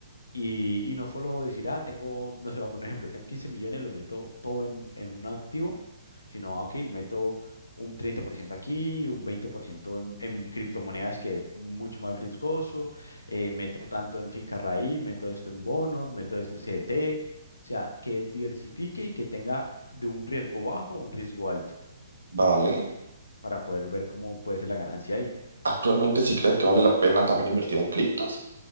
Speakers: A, on the left; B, on the right.
A: Y, y no solo decir, ah, tengo, no sé, voy a poner un ejemplo, tengo 15 millones, lo meto todo en, en un activo, sino, ah, ok, meto un 30% aquí, un 20% en, en criptomonedas, que es mucho más riesgoso, eh, meto tanto en finca raíz, meto esto en bonos, meto esto en CDT, o sea, que diversifique y que tenga de un riesgo bajo a un riesgo alto,
B: vale.
A: para poder ver cómo puede ser la ganancia ahí.
B: Actualmente sí cree que vale la pena también invertir en criptos.